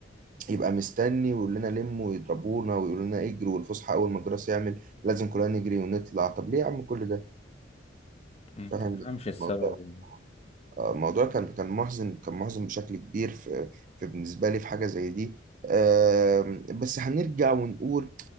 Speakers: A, on the right; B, on the left.
A: يبقى مستني ويقول لنا لموا ويضربونا ويقول لنا اجروا والفسحه اول ما الجرس يعمل لازم كلنا نجري ونطلع طب ليه يا عم كل ده
B: ما
A: فاهم
B: تفهمش السبب
A: الموضوع آه، الموضوع كان كان محزن كان محزن بشكل كبير في, في بالنسبه لي في حاجه زي دي آم، بس هنرجع ونقول